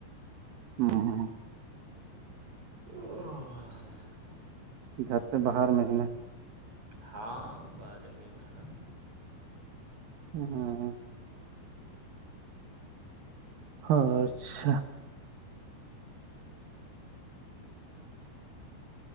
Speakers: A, on the right; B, on the right.
A: ہاں ہاں
B: <unintelligible>
A: گھر سے باہر منت
B: ہاں بارے میں مہاراج
A: ہاں ہاں اچھا